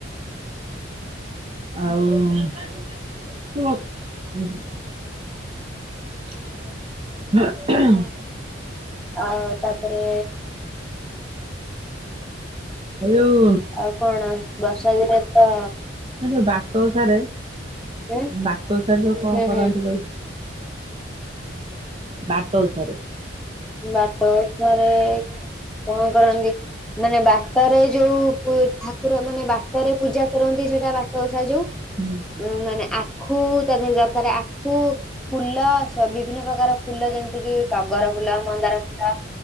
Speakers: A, on the right; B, in the centre.
A: ଆଉୁ <inaudible>
B: ଆଉ ତାପରେ
A: ହ୍ଯାଲୋ।
B: ଆଉ କଣ ବର୍ଷା ଦିନେ ତ
A: ଆ ଯୋଉ ବାଟଓସାରେ
B: ହୁଁ
A: ବାଟଓସାରେ ସବୁକଣ
B: ହୁଁ
A: କରନ୍ତି
B: ହୁଁ
A: କହିଲୁ। ବାଟଓସାରେ।
B: ବାଟଓସାରେ କଣ କରନ୍ତି ମାନେ ବାଟରେ ଯୋଉ ଉ ଠାକୁର ମାନେ ବାଟରେ ପୂଜା କରନ୍ତି ସେଇଟା ବାଟ ଓସା ଯୋଉ।
A: ହୁଁ।
B: ଉ ମାନେ ଆଖୁ ତା ଦେହରେ ଦରକାର ଆଖୁ ଫୁଲ ଲ ସ ବିଭିନ୍ନ ପ୍ରକାର ଫୁଲ ଯେମିତି କି ଟଗର ଫୁଲ ମନ୍ଦାର ଫୁଲ